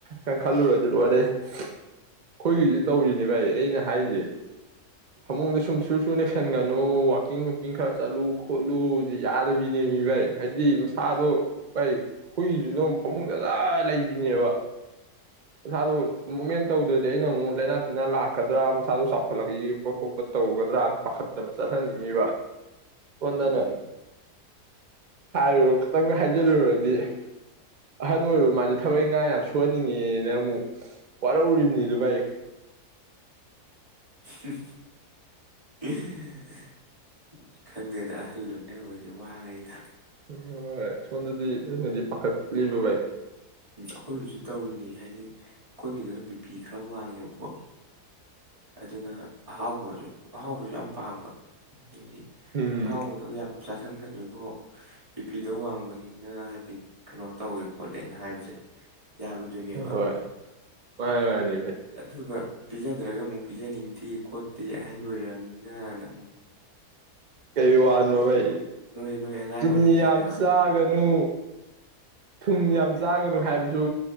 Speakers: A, on the right; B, on the right.
A: ꯀꯟꯈꯠꯂꯨꯔꯗꯤ ꯂꯣꯏꯔꯦ ꯑꯩꯈꯣꯏꯒꯤꯁꯨ ꯇꯧꯔꯤꯅꯦ ꯚꯥꯏ ꯑꯩꯅ ꯍꯥꯏꯔꯤꯁꯦ ꯐꯃꯨꯡꯗ ꯁꯨꯝ ꯁꯨ ꯁꯨ ꯅꯩꯁꯟꯒꯅꯨ ꯀꯀꯤꯡ ꯅꯨꯡꯀꯤꯡ ꯈꯔ ꯆꯠꯂꯨ ꯈꯣꯠꯂꯨꯁꯤ ꯌꯥꯗꯕꯤꯅꯦ ꯃꯤ ꯚꯩ ꯍꯥꯏꯗꯤ ꯃꯁꯥꯗꯣ ꯚꯩ ꯍꯨꯏꯁꯨꯅ ꯑꯃꯨꯛ ꯐꯃꯨꯡꯗꯖ ꯂꯩꯕꯤꯅꯦꯕ ꯃꯁꯥꯗꯣ ꯃꯨꯞꯃꯦꯟ ꯇꯧꯗ꯭ꯔꯗꯤ ꯑꯩꯅ ꯑꯃꯨꯛ ꯂꯥꯏꯅꯥ ꯇꯤꯟꯅꯥ ꯂꯥꯛꯀꯗ꯭ꯔꯥ ꯃꯁꯥꯗꯣ ꯆꯥꯎꯈꯠꯂꯛꯕ ꯈꯣꯠꯄ ꯇꯧꯒꯗ꯭ꯔꯥꯅ ꯄꯥꯈꯠꯇꯅ ꯆꯠꯍꯟꯅꯤꯡ ꯋꯥ ꯁꯣꯟꯗꯅ
B: ꯎꯝ
A: ꯍꯥꯏꯔꯨꯔ ꯈꯤꯇꯪꯗ ꯍꯥꯏꯖꯤꯜꯂꯨꯔꯗꯤ ꯑꯍꯟ ꯑꯣꯏꯔꯕ ꯃꯥꯁꯦ ꯊꯕꯛ ꯏꯪꯈꯥꯡ ꯌꯥꯝ ꯁꯨꯍꯟꯅꯤꯡꯉꯦꯅ ꯑꯃꯨꯛ ꯋꯥꯔꯛꯎꯔꯤꯕꯅꯤ ꯑꯗꯨ ꯚꯥꯏ
B: <unintelligible> ꯈꯪꯗꯦ ꯗ ꯑꯍꯜ ꯂꯣꯏꯅꯕꯁꯦ ꯋꯥꯉꯗ
A: ꯍꯣꯏ <unintelligible> ꯄꯈꯠ ꯂꯤꯕꯨ ꯏ <inaudible>
B: ꯎꯝ ꯑꯩꯈꯣꯏꯒꯤꯁꯨ ꯇꯧꯔꯤꯅꯦ ꯍꯥꯏꯗꯤ ꯑꯩꯈꯣꯏꯒꯤꯗꯅ ꯕꯤꯄꯤ ꯈꯔ ꯋꯥꯡꯉꯦꯕꯀꯣ ꯑꯗꯨꯅ ꯑꯍꯥꯎ ꯍꯕꯣꯁꯨ ꯑꯍꯥꯎꯧꯕꯁꯨ ꯌꯥꯝ ꯄꯥꯝꯕ ꯑꯗꯤ
A: ꯎꯝ
B: ꯍꯥꯎꯗ ꯌꯥꯝ ꯆꯥꯁꯟꯒꯗꯣꯏꯕꯣ ꯕꯤꯄꯤꯤꯗ ꯋꯥꯡꯕꯅꯤꯅ ꯍꯥꯏꯖꯤꯛ ꯀꯩꯅꯣ ꯇꯧꯋꯦ ꯈꯣꯠꯂꯦꯅ ꯍꯥꯏꯕꯁꯦ ꯌꯥꯔꯨꯗꯣꯏꯅꯦꯕ
A: ꯎꯝ ꯍꯣꯏ ꯃꯥꯅꯤ ꯃꯥꯅꯤ ꯚꯥꯏ
B: ꯑꯗꯨꯒ ꯄꯤꯖꯗ꯭ꯔꯒ ꯑꯃꯨꯛ ꯄꯤꯖꯅꯤꯡꯗꯦ ꯈꯣꯠꯇꯦ ꯍꯥꯏꯍ ꯂꯣꯏꯅꯤꯅꯅ
A: ꯀꯩ ꯋꯥ ꯅꯚꯏ
B: ꯅꯣꯏ ꯅꯣꯏ ꯑꯉꯥꯡ
A: ꯆꯤꯅꯤ
B: ꯑꯣꯏꯔꯤꯉꯩꯗ
A: ꯌꯥꯝ ꯆꯥꯒꯅꯨ ꯊꯨꯝ ꯌꯥꯝ ꯆꯥꯒꯅꯨ ꯍꯥꯏꯕꯁꯨ